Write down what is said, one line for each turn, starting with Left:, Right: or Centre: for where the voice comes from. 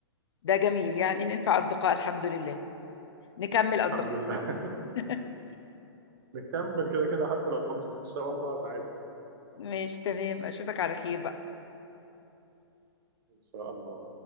Left: ده جميل يعني ننفع اصدقاء الحمد لله نكمل اصدقاء
Right: الحمد لله
Left: <laughs>
Right: نكمل كده كده حتى لو مش شبه بعض عادي
Left: مش تمام اشوفك على خير بقى
Right: ان شاء الله